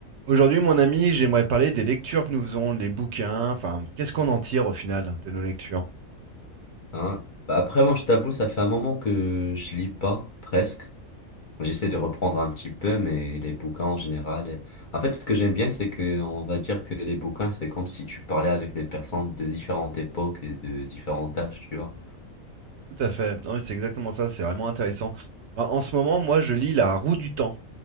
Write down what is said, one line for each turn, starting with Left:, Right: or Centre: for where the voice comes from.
Right: Aujourd'hui, mon ami, j'aimerais parler des lectures que nous faisons, les bouquins, enfin, qu'est-ce qu'on en tire au final de nos lectures?
Left: Hein. Bah après, moi, je t'avoue, ça fait un moment que je lis pas, presque. J'essaie de reprendre un petit peu, mais les bouquins en général. euh, En fait, ce que j'aime bien, c'est que on va dire que les bouquins, c'est comme si tu parlais avec des personnes de différentes époques et de différents âges, tu vois.
Right: Tout à fait. Non, mais c'est exactement ça, c'est vraiment intéressant. Ben, en ce moment, moi, je lis La Roue du Temps.